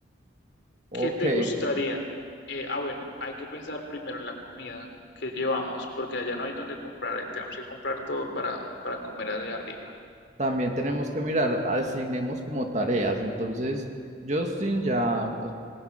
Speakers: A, on the right (about 35°); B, on the left (about 65°).
A: Ok,
B: ¿Qué te gustaría? Eh, ah, bueno, hay que pensar primero en la comida que llevamos, porque allá no hay donde comprar, eh, tenemos que comprar todo para, para comer allá arriba.
A: también tenemos que mirar, asignemos como tareas, entonces... Justin ya pues,